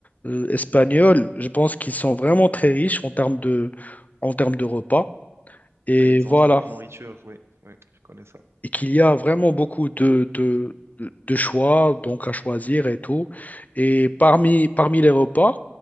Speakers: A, on the left; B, on the right.
A: euh, espagnol, je pense qu'ils sont vraiment très riches en termes de, en termes de repas. Et
B: Et Ils ont
A: voilà,
B: de la bonne nourriture, oui, oui, je connais ça.
A: et qu'il y a vraiment beaucoup de, de, de- de choix donc à choisir et tout. Et parmi, parmi les repas,